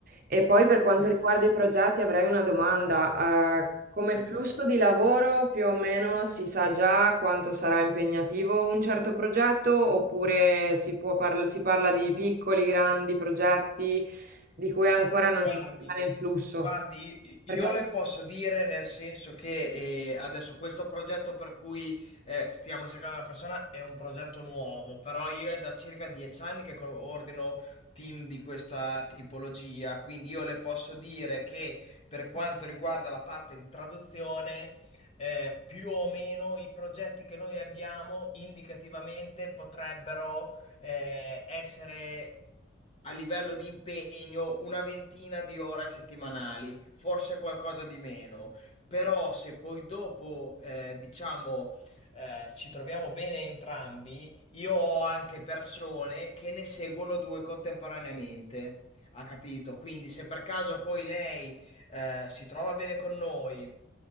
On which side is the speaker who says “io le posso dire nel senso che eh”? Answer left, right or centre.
Left